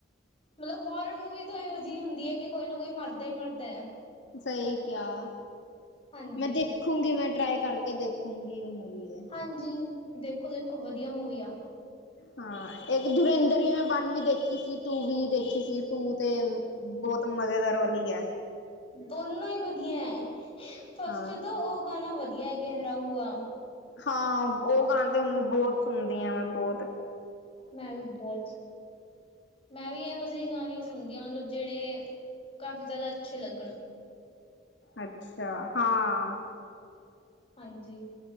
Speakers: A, on the left; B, on the left.
A: ਨਹੀਂ, ਹੋਰਰ ਮੂਵੀ ਤਾਂ ਇਹੋ ਜਿਹੀ ਹੁੰਦੀ ਹੈ ਕਿ ਕੋਈ ਨਾ ਕੋਈ ਮਰਦਾ ਈ ਮਰਦਾ।
B: ਸਈ ਕਿਆ। <inaudible>
A: ਹਾਂਜੀ
B: ਮੈਂ ਦੇ ਦੇਖੂੰਗੀ ਮੈਂ ਟਰਾਏ ਕਰਕੇ ਦੇਖੂੰਗੀ ਉਹ ਮੂਵੀ। ਹੈ।
A: ਹਾਂਜੀ, ਦੇਖੋ- ਦੇਖੋ ਵਧੀਆ ਮੂਵੀ ਆ।
B: ਹਾਂ, ਇੱਕ ਦੁਰੇਂਦਰ ਵੀ ਮੈਂ ਵਨ ਵੀ ਦੇਖੀ ਸੀ, ਟੂ ਵੀ ਦੇਖੀ ਸੀ ਟੂ ਤੇ ਬਹੁਤ ਮਜ਼ੇਦਾਰ ਵਾਲੀ ਐ।
A: ਦੋਨੋਂ ਈ ਵਧੀਆ ਐਂ, ਫਸਟ
B: ਹਾਂ
A: ਚ ਉਹ ਗਾਣਾ ਵਧੀਆ ਏ-ਗਹਿਰਾ ਹੂਆ।
B: ਹਾਂ, ਉਹ ਗਾਣੇ ਤਾਂ ਹੁਣ ਬਹੁਤ ਸੁਣਦੀ ਆਂ ਮੈਂ ਬੋਤ।
A: ਮੈਂ ਵੀ ਬੌਤ ਮੈਂ ਵੀ ਇਹੋ ਜਿਹੇ ਗਾਣੇ ਸੁਣਦੀ ਹਾਂ ਮਤਲਬ- ਜਿਹੜੇ ਕਾਫੀ ਜਾ਼ਦਾ ਅੱਛੇ ਲੱਗਣ।
B: ਅੱਛਾ, ਹਾਂ
A: ਹਾਂਜੀ।